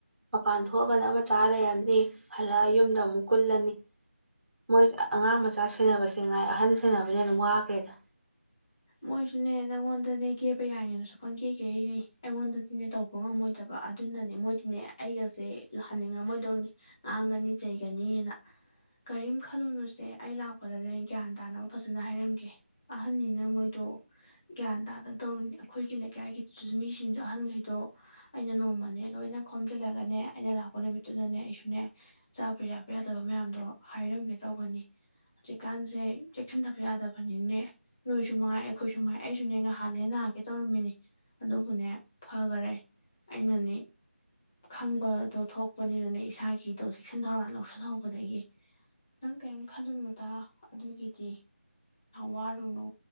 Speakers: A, on the right; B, on the left.
A: ꯃꯄꯥꯟ ꯊꯣꯛꯑꯒꯅ ꯑꯃ ꯆꯥ ꯂꯩꯔꯝꯅꯤ ꯍꯜꯂꯛꯑ ꯌꯨꯝꯗ ꯑꯃꯨꯛ ꯀꯨꯜꯂꯅꯤ ꯃꯣꯏ ꯑꯉꯥꯡ ꯃꯆꯥ ꯁꯦꯟꯅꯕꯁꯦ ꯉꯥꯏ ꯑꯍꯟ ꯁꯦꯟꯅꯕꯅꯦ ꯑꯗꯨꯝ ꯋꯥꯈ꯭ꯔꯦꯗ
B: ꯃꯣꯏꯁꯨꯅꯦ ꯅꯪꯉꯣꯟꯗꯅꯦ ꯀꯦꯄ ꯌꯥꯏꯉꯅꯁꯨ ꯐꯪ ꯀꯦ ꯀꯦꯅꯦ ꯑꯩꯉꯣꯟꯗꯗꯤꯅꯦ ꯇꯧꯕ ꯉꯝꯃꯣꯏꯗꯕ ꯑꯗꯨꯅꯅꯦ ꯃꯣꯏꯗꯤꯅꯦ ꯑꯩꯒꯁꯦꯍꯟꯅꯤꯡꯉꯝꯃꯣꯏꯗꯧꯅꯤ ꯉꯥꯡꯒꯅꯤ ꯆꯩꯒꯅꯤꯅ ꯀꯔꯤꯝ ꯈꯜꯂꯨꯅꯨꯁꯦ ꯑꯩ ꯂꯥꯛꯄꯗꯅꯦ ꯒ꯭ꯌꯥꯟ ꯇꯥꯅꯕ ꯐꯖꯅ ꯍꯥꯏꯔꯝꯒꯦ ꯑꯍꯟꯅꯤꯅ ꯃꯣꯏ ꯑꯗꯨ ꯒ꯭ꯌꯥꯟ ꯇꯥꯗꯗꯧꯔꯤꯅꯤ ꯑꯩꯈꯣꯏꯒꯤ ꯂꯩꯀꯥꯏꯒꯤꯗꯨ ꯃꯤꯁꯤꯡꯗꯣ ꯑꯍꯟꯈꯩꯗꯣ ꯑꯩꯅ ꯅꯣꯡꯃꯅꯦ ꯂꯣꯏꯅ ꯈꯣꯝꯖꯤꯜꯂꯒꯅꯦ ꯑꯩꯅ ꯂꯥꯛꯄ ꯅꯨꯃꯤꯠꯇꯨꯗꯅꯦ ꯑꯩꯁꯨ ꯅꯦ ꯆꯥꯕ ꯌꯥꯕ ꯌꯥꯗꯕ ꯃꯌꯥꯝꯗꯣ ꯍꯥꯏꯔꯝꯒꯦ ꯇꯧꯕꯅꯤ ꯍꯧꯖꯤꯛꯀꯥꯟꯁꯦ ꯆꯦꯛꯁꯤꯟꯗꯕ ꯌꯥꯗꯕꯅꯤꯅꯦ ꯅꯣꯏ ꯑꯩꯈꯣꯏ ꯁꯨꯉꯥꯏ ꯑꯩꯁꯨꯅꯦ ꯅꯍꯥꯟ ꯍ ꯅꯥꯀꯦ ꯇꯧꯔꯝꯃꯤꯅꯤ ꯑꯗꯨꯕꯨꯅꯦ ꯐꯈꯔꯦ ꯑꯩꯅꯅꯦ ꯈꯪꯕꯗꯣ ꯊꯣꯛꯄꯅꯤꯅꯅꯦ ꯏꯁꯥꯒꯤꯗꯣ ꯆꯦꯛꯁꯤꯟ ꯊꯧꯔꯥꯡ ꯂꯧꯁꯤꯜꯍꯧꯕꯗꯒꯤ ꯅꯪ ꯀꯔꯤꯝ ꯈꯜꯂꯨꯅꯨꯗ ꯑꯗꯨꯒꯤꯗꯤ ꯑ ꯋꯥꯔꯅꯣ